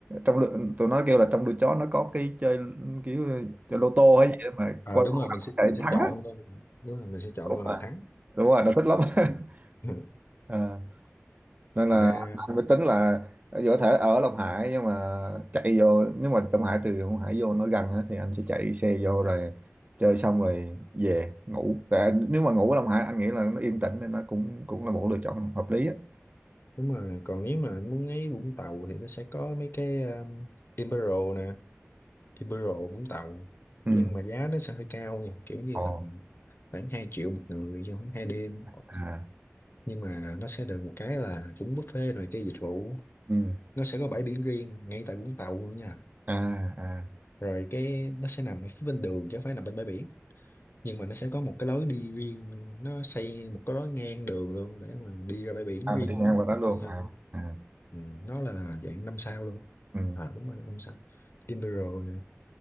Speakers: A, on the right; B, on the left.
A: trong lượt tụi nó kêu là trong đuôi chó nó có cái chơi kiểu chơi lô tô hay gì đó mà
B: à
A: coi
B: đúng
A: con
B: rồi mình
A: nào
B: sẽ
A: chạy
B: mình sẽ
A: thắng
B: chọn
A: á
B: thôi. đúng rồi mình sẽ chọn
A: đúng
B: con
A: rồi
B: nào thắng
A: đúng rồi nó thích lắm
B: Ừm.
A: <laughs>
B: <laughs>
A: Ờ, nên là
B: ra
A: anh mới tính là dù có thể ở Long Hải nhưng mà chạy vô nhưng mà Long Hải từ Long Hải vô nó gần á, thì anh sẽ chạy xe vô rồi chơi xong rồi về ngủ Tại anh- nếu mà ngủ ở Long Hải anh nghĩ là nó yên tĩnh nên nó cũng cũng là một lựa chọn hợp lý á
B: đúng rồi còn nếu mà muốn ấy Vũng Tàu thì nó sẽ có mấy cái um, Imperial nè Imperial Vũng Tàu nhưng
A: ừ
B: mà giá nó sẽ hơi cao nha kiểu như
A: ồ
B: tầm khoảng 2 triệu một người trong khoảng hai đêm
A: à
B: nhưng mà nó sẽ được một cái là cũng buffet rồi cái dịch vụ
A: ừ
B: nó sẽ có bãi biển riêng ngay tại Vũng Tàu luôn nha
A: à à
B: rồi cái nó sẽ nằm ở phía bên đường chứ không phải nằm bên bãi biển nhưng mà nó sẽ có một cái lối đi riêng nó xây một cái lối ngang đường luôn để mà đi ra bãi biển
A: à
B: riêng
A: mình đi ngang
B: của nó
A: qua đó luôn
B: tư nhân
A: à
B: lắm
A: à
B: ừ, nó là dạng năm sao luôn
A: ừ
B: à đúng rồi năm sao Imperial nè